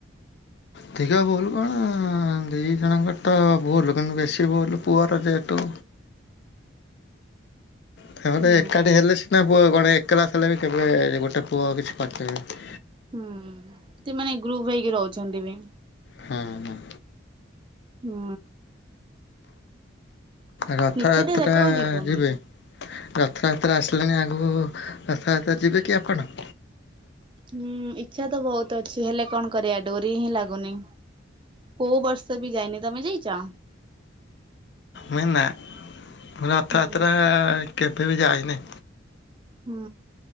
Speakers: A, on the left (about 55°); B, on the right (about 25°).
A: ଅଧିକ ଭୁଲ କଣ ଦୁଇ ଜଣଙ୍କର ତ ଭୁଲ କିନ୍ତୁ ବେଶୀ ଭୁଲ ପୁଅର ଯେହେତୁ ତାପରେ
B: ହୁଁ
A: ଏକାଠି ହେଲେ ସିନା ପୁଅ କଣ ଏକଲା କଲେ ବି କେବେ ଗୋଟେ ପୁଅ କିଛି କରିପାରିବନି।
B: ହୁଁ ସେମାନେ ଗ୍ରୁପ ହେଇକି ରହୁଛନ୍ତି ବି।
A: ହଁ ହଁ।
B: ହୁଁ।
A: ରଥଯାତ୍ରା
B: ନିଛାଟିଆ ଜାଗାକୁ ଯିବନି
A: ଯିବେ। ରଥଯାତ୍ରା ଆସିଲାଣି ଆଗକୁ ରଥଯାତ୍ରା ଯିବେ କି ଆପଣ?
B: ହୁଁ ଇଚ୍ଛା ତ ବହୁତ ଅଛି ହେଲେ କଣ କରିବା ଡୋରି ହିଁ ଲାଗୁନି। କୋଉ ବର୍ଷ ବି ଯାଇନି ତମେ ଯାଇଚ?
A: ମୁଁ ନା ମୁଁ ରଥଯାତ୍ରା
B: ହୁଁ
A: କେବେ ବି ଯାଇନେଇ।
B: ହୁଁ